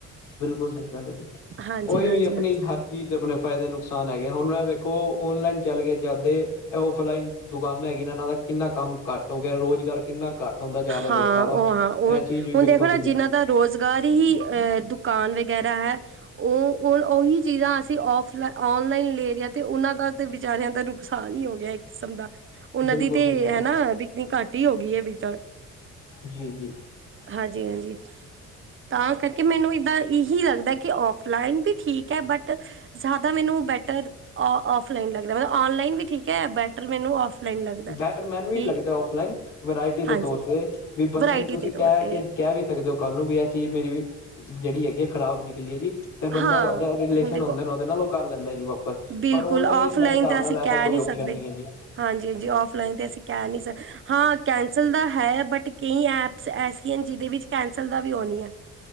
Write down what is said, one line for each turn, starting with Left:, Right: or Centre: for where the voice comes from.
Left: ਬਿਲਕੁਲ ਸਹੀ ਗੱਲ ਹੈ ਜੀ
Right: ਹਾਂਜੀ
Left: ਉਹੀ
Right: ਹਾਂਜੀ
Left: ਵੀ ਆਪਣੀ
Right: ਹਾਂਜੀ
Left: ਹਰ ਚੀਜ਼ ਦੇ ਆਪਣੇ ਫਾਇਦੇ ਨੁਕਸਾਨ ਹੈ। ਹੁਣ ਐ ਵੇਖੋ, ਔਨਲਾਈਨ ਚੱਲ ਗੇ ਜਾਂਦੇ ਔਫਲਾਈਨ ਦੁਕਾਨਾਂ ਹੈਗ ਨੇ ਇਹਨਾਂ ਦਾ ਕਿੰਨਾ ਕੰਮ ਘੱਟ ਹੋ ਗਿਆ ਰੋਜ਼ਗਾਰ, ਕਿੰਨਾ ਘੱਟ ਹੁੰਦਾ ਜਾ ਰਿਹਾ
Right: ਹਾਂ
Left: ਲੋਕਾਂ ਦਾ
Right: ਉਹ ਹਾਂ ਉਹ
Left: ਇਹ ਚੀਜ਼ ਵੀ
Right: ਹੁਣ
Left: ਵੇਖੋ
Right: ਦੇਖੋ
Left: ਤੁਸੀਂ
Right: ਨਾ ਜਿਹਨਾਂ ਦਾ ਰੁਜ਼ਗਾਰ ਹੀ ਅਹੁ ਕੌਣ ਵਗੈਰਾ ਹੈ ਉਹ ਉਹੀ ਚੀਜ਼ਾਂ ਅਸੀਂ ਆਫ ਔਨਲਾਈਨ ਲੇ ਰਹੇ ਆ ਤੇ ਉਹਨਾਂ ਦਾ ਦਾ, ਤੇ ਬਿਚਾਰਿਆਂ ਦਾ ਨੁਕਸਾਨ ਹੀ ਹੋ ਗਿਆ ਇੱਕ ਕਿਸਮ ਦਾ, ਉਹਨਾਂ
Left: ਬਿਲਕੁਲ
Right: ਦੀ ਤੇ
Left: ਸਹੀ ਗੱਲ ਆ
Right: ਹਨਾ ਬਿਕਨੀ ਘੱਟ ਹੀ ਹੋ ਗਈ ਹੈ ਐ,
Left: ਜੀ ਜੀ,
Right: ਹਾਂਜੀ ਹਾਂਜੀ ਤਾਂ ਕਰਕੇ ਮੈਨੂੰ ਇਦਾਂ ਇਹੀ ਲੱਗਦਾ ਕਿ ਆਫਲਾਈਨ ਵੀ ਠੀਕ ਹੈ ਬਟ ਜਿਆਦਾ ਮੈਨੂੰ ਬੈਟਰ ਆਫਲਾਈਨ ਲੱਗ ਰਿਹਾ ਆਨਲਾਈਨ ਵੀ ਠੀਕ ਹੈ ਬੈਟਰ ਮੈਨੂੰ ਔਫਲਾਈਨ ਲੱਗਦਾ
Left: ਬੈਟਰ ਮੈਨੂੰ
Right: ਕਿ
Left: ਵੀ ਲੱਗਦਾ ਆਫਲਾਈਨ ਵਰਾਇਟੀ ਦੇ
Right: ਹਾਂਜੀ
Left: ਤੌਰ ਤੇ ਵੀ ਬੰਦੇ
Right: ਵਰਾਇਟੀ
Left: ਨੂੰ ਤੁਸੀਂ
Right: ਦੇ ਤੌਰ
Left: ਕਹਿ
Right: ਤੇ
Left: ਕੇ ਕਹਿ ਵੀ ਸਕਦੇ ਹੋ ਕੱਲ ਨੂੰ ਵੀ ਇਹ ਚੀਜ਼ ਮੇਰੀ ਵੀ ਜਿਹੜੀ ਹੈਗੀ ਹੈ ਖਰਾਬ ਨਿਕਲੀ ਹੈ ਜੀ ਤੇ ਬੰਦਾ
Right: ਹਾਂ
Left: ਤੁਹਾਡਾ ਰਿਲੇਸ਼ਨ
Right: ਹੁਣ ਦੇਖੋ
Left: ਹੁੰਦੇ ਉਹਦੇ ਨਾਲ ਉਹ ਕਰ ਲੈਂਦਾ ਜੀ ਵਾਪਸ
Right: ਬਿਲਕੁਲ
Left: ਪਰ ਔਨਲਾਈਨ
Right: ਔਫਲਾਈਨ
Left: ਮੇਰੇ ਹਿਸਾਬ
Right: ਤਾਂ
Left: ਨਾਲ
Right: ਅਸੀਂ
Left: ਐਸਾ
Right: ਕਹਿ
Left: ਕੋਈ
Right: ਨਹੀਂ
Left: ਓਪਸ਼ਨ
Right: ਸਕਦੇ
Left: ਨਹੀਂ ਹੈ ਜੀ
Right: ਹਾਂਜੀ ਜੀ ਆਫ਼ ਨ ਤੇ ਅਸੀਂ ਕਹਿ ਨਹੀਂ ਹਾਂ ਕੈਂਸਲ ਤਾਂ ਹੈ ਬਟ ਕਈ ਐਪਸ ਐਸੀਆਂ ਜਿਹਦੇ ਵਿੱਚ ਕੈਂ ਦਾ ਵੀ ਹੋ ਨਹੀਂ ਹੈ